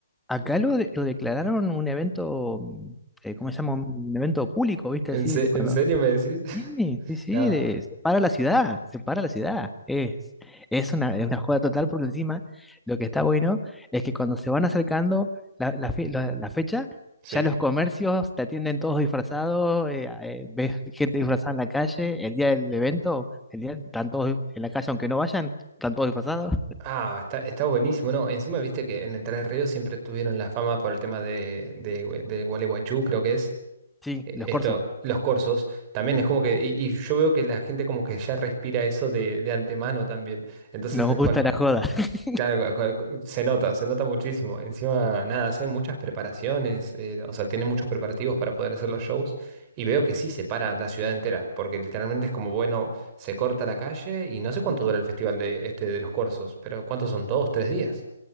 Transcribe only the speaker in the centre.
acá lo, de- lo declararon un evento, mm, eh, ¿cómo se llama? Un evento público, ¿viste?
Así,
cuando
Sí, sí, sí,
de- separa la ciudad, separa la ciudad. Es, es una, es una joda total porque encima lo que está bueno es que cuando se van acercando la, la fe- la- la fecha,
ya los comercios te atienden todos disfrazados, eh, eh, ves gente disfrazada en la calle, el día del evento, el día están todos en la calle aunque no vayan, están todos disfrazados.
Sí,
los
corsos,
nos gusta
la joda. <laughs>